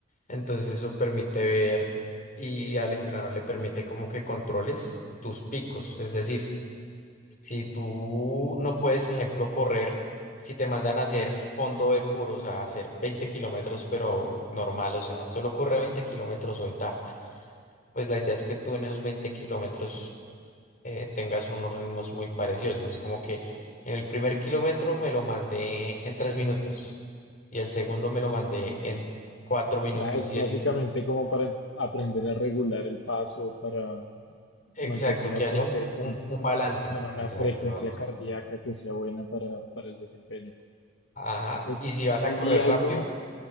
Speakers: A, on the left; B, on the left.
A: Entonces eso permite ver y al entrenador le permite como que controles tus picos. Es decir, si tú no puedes, ejemplo, correr, si te mandan a hacer fondo de puro, o sea, hacer 20 kilómetros, pero normal, o sea, solo corre 20 kilómetros hoy, ta. Pues la idea es que tú en esos veinte kilómetros eh, tengas unos ritmos muy parecidos, ¿no? Es como que en el primer kilómetro me lo mandé en tres minutos y el segundo me lo mandé en cuatro minutos
B: Ah, Es
A: y
B: básicamente
A: el
B: como para aprender a regular el paso, para
A: exacto,
B: mantenerlo
A: que
B: acorde
A: haya un,
B: con,
A: un- un balance,
B: con una
A: exacto,
B: frecuencia
A: no, no.
B: cardíaca que sea buena para, para el desempeño.
A: Ajá,
B: Pues
A: y si
B: sí
A: vas a correr
B: vi algo,
A: rápido,